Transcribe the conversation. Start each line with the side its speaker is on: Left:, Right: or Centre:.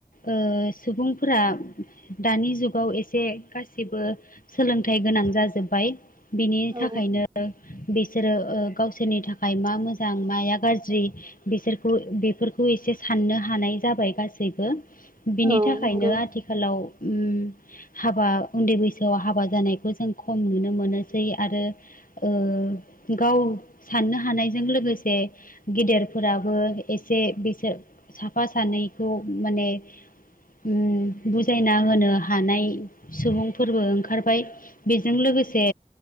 Left: ओ सुबुंफोरा दानि जुगाव एसे से गासिबो सोलोंथाइ गोनां जाजोब्बाय बिनि
Right: औ
Left: थाखायनो बिसोरो ओ गावसोरनि थाखाय मा मोजां माया गाज्रि बिसोरखौ बेफोरखौ एसे साननो हानाय जाबाय गासैबो बिनि
Right: औ
Left: थाखायनो
Right: नंगौ
Left: आथिखालाव उम हाबा उन्दै बैसोआव हाबा जानायखौ जों खम नुनो मोनोसै आरो ओ गाव साननो हानायजों लोगोसे गेदेरफोराबो एसे बिसोर साफा सानैखौ माने उम बुजायना होनो हानाय सुबुंफोरबो ओंखारबाय। बेजों लोगोसे